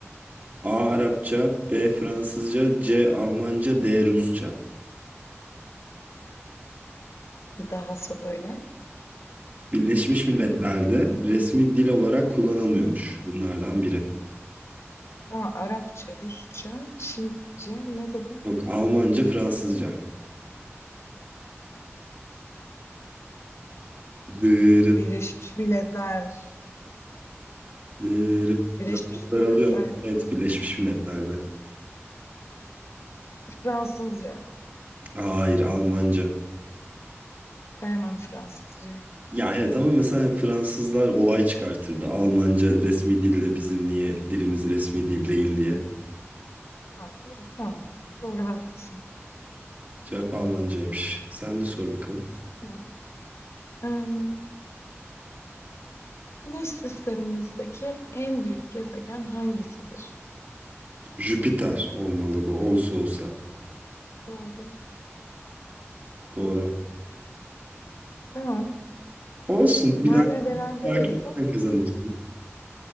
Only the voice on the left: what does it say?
Bir daha söyle.
Tamam, Arapça, Rusça, Çince ne dedim?
Birleşmiş Milletler.
Birleşmiş
Milletler.
Fransızca.
Sevmem Fransızcayı.
Ha, iyi, tamam. Doğru haklısın.
Tamam. Ee, Güneş sistemimizdeki en büyük gezegen hangisidir?
Doğru.
Tamam.
Hala
berabereyiz ama
neyse.